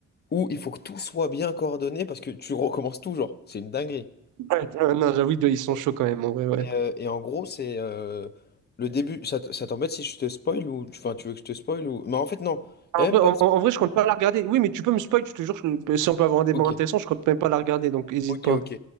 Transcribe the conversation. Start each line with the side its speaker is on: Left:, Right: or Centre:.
Left: où il faut que tout soit bien coordonné parce que tu <laughs> recommences tout, genre. C'est une dinguerie.
Right: Ouais, <laughs> euh, non, j'avoue, ils sont
Left: Ouais.
Right: chauds quand même, en vrai, ouais.
Left: Mais, euh, et en gros, c'est euh, le début. Ça, t- ça t'embête si je te spoil ou. Enfin, tu veux que je te spoil ou. Mais en fait, non.
Right: En
Left: Il n'y
Right: vrai,
Left: a même
Right: en,
Left: pas de
Right: en- vrai, je compte pas la regarder. Oui, mais tu peux me spoil, je te jure, je- si on peut avoir un débat
Left: spoil.
Right: intéressant, je compte même pas la regarder, donc hésite
Left: Ok,
Right: pas.
Left: ok.